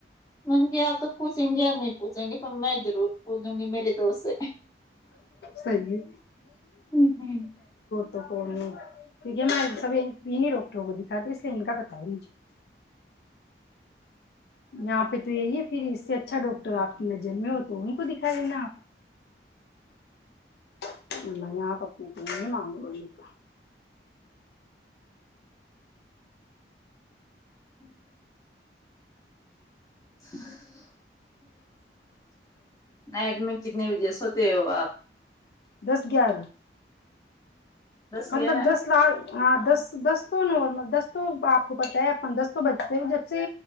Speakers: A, on the left; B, on the left.
A: م کہ آ تو پوچھیں گے نہیں پوچھیں گے پ میں ضرور بولوں گی میرے دوست سے
B: صحیح ہے
A: ہ ہ
B: کیکہ میں سبی ڈاکٹروں کو دکھاتی اس لیے ان کا پتا ہے مجھے یہاں پہ تو یہی ہے پھر اس سےچ اچھ ڈاکٹر آپ کی نر جن میں ہو تو ان کو دکھا لینا آپ کو م یہ آپ اپنے کو ب <unintelligible>
A: اچ <unintelligible> <unintelligible> نائٹ میں کتنے بجے سوتے ہو آپ
B: دس گیارہ
A: دس گیارہ
B: مطلب دس لاکھ ہاں دس دس ن اور مب تو آپ کو پتا ہے پندرس تو بچے بھی جب سے